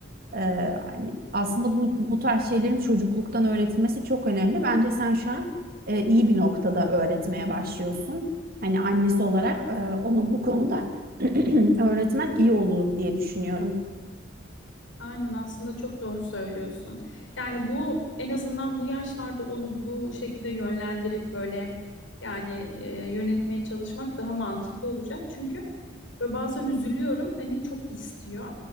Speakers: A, on the right; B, on the left.
A: E, hani aslında bu bu tarz şeylerin çocukluktan öğretilmesi çok önemli. Bence sen şu an e, iyi bir noktada öğretmeye başlıyorsun. Hani annesi olarak e, ona bu konuda <clears throat> öğretmen iyi olur diye düşünüyorum.
B: Aynen aslında çok doğru söylüyorsun. Yani bu en azından bu yaşlarda onu bu şekilde yönlendirip böyle yani e, yönetmeye çalışmak daha mantıklı olacak. Çünkü ve bazen üzülüyorum hani çok istiyor.